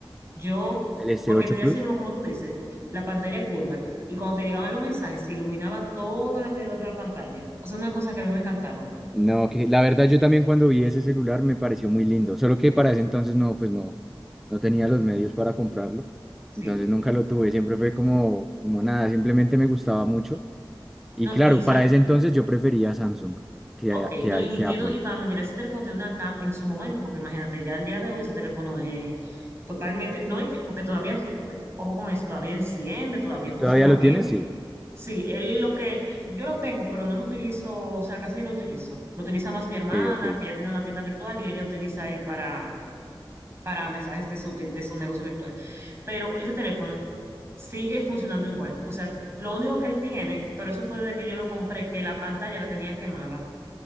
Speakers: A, on the right (about 30°); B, in the centre.
A: Yo,
B: El s
A: porque
B: ocho
A: tenía
B: Plus.
A: así mismo, como tú dices, la pantalla curva. Y cuando te llegaban los mensajes, se iluminaba todo el alrededor de la pantalla. O sea, una cosa que a mí me encantaba.
B: No, que la verdad yo también cuando vi ese celular me pareció muy lindo, solo que para ese entonces no, pues no, no tenía los medios para comprarlo,
A: Sí.
B: entonces nunca lo tuve, siempre fue como, como nada, simplemente me gustaba mucho y
A: No,
B: claro,
A: y, sa-
B: para ese entonces yo prefería Samsung que,
A: ok,
B: que,
A: no, y
B: que
A: tiene,
B: Apple.
A: y para mí, mira, ese teléfono tiene una cámara en su momento, porque imagínate, ya el día de hoy ese teléfono es totalmente, no es que, porque todavía sirve. Ojo con eso, todavía enciende, todavía
B: ¿Y
A: funciona
B: ¿Todavía lo
A: bien.
B: tienes? Sí,
A: Sí, él lo que yo lo tengo, pero no lo utilizo, o sea, casi no lo utilizo. Lo utiliza más mi hermana,
B: ok, ok.
A: que ella tiene una tienda virtual y ella utiliza ahí para, para mensajes de su, tien- de su negocio virtual. Pero ese teléfono sigue funcionando igual. O sea, lo único que él tiene, pero eso fue desde que yo lo compré, que la pantalla la tenía quemada.